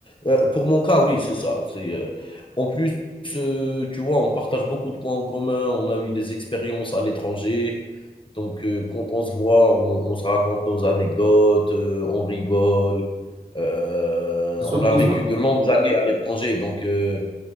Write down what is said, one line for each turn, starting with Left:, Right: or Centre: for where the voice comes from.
Left: heu, pour mon cas, oui, c'est ça. C'est, heu, en plus, heu, tu vois, on partage beaucoup de points en commun, on a eu des expériences à l'étranger. Donc, heu, quand on se voit, on on se raconte nos anecdotes, heu, on rigole. Heu,
Right: C'est surtout
Left: on a vécu
Right: ça.
Left: de longues années à l'étranger, donc, heu